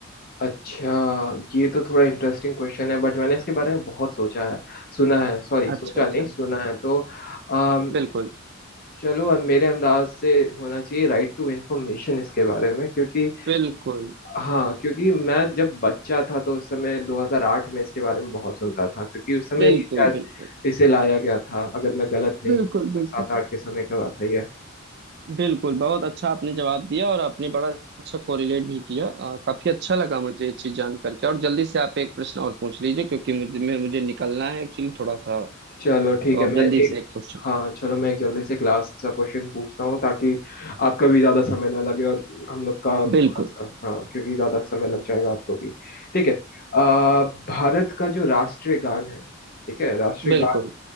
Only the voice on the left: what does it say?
अच्छा ये तो थोड़ा इंटरेस्टिंग क्वेश्चन है बट मैंने इसके बारे में बहुत सोचा है सुना है सॉरी
सोचा
नहीं सुना है तो अम,
चलो मेरे अंदाज से होना चाहिए राइट टू इंफॉर्मेशन इसके बारे में क्योंकि
हाँ क्योंकि मैं जब बच्चा था तो उस समय 2008 में इसके बारे में बहुत सुनता था क्योंकि उस समय
ही शायद
इसे लाया गया था अगर मैं गलत नहीं
हूँ दो हज़ार
सात आठ के समय की बात है ये
चलो
ठीक है
मैं
एक
हाँ चलो मैं एक जल्दी से क्लास का क्वेश्चन पूछता हूँ ताकि आपका भी ज़्यादा समय ना लगे और हम लोग का
थोड़ा सा हाँ क्योंकि ज़्यादा समय लग जाएगा आपको भी ठीक है आ, भारत का जो राष्ट्रीय गान है ठीक है राष्ट्रीय
गान